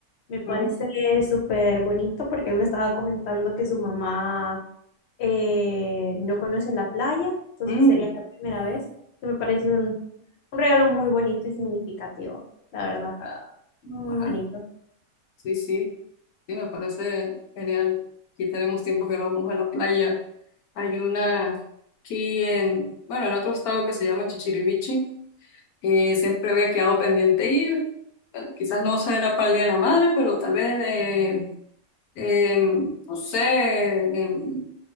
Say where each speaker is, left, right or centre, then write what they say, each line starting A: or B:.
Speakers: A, on the left; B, on the left.
A: Me parece
B: Ujú.
A: súper bonito porque él me estaba comentando que su mamá eh, no conoce la playa, entonces
B: Mm,
A: sería la primera vez. Entonces me parece un, un regalo muy bonito y significativo, la verdad.
B: ah,
A: Muy, muy bonito.
B: ah, sí, sí, sí, me parece genial. Aquí tenemos tiempo que no vamos a la playa. Hay una aquí en, bueno, en otro estado que se llama Chichirivichi, que siempre había quedado pendiente ir. Bueno, quizás no será para el Día de la Madre, pero tal vez de, em, no sé, em,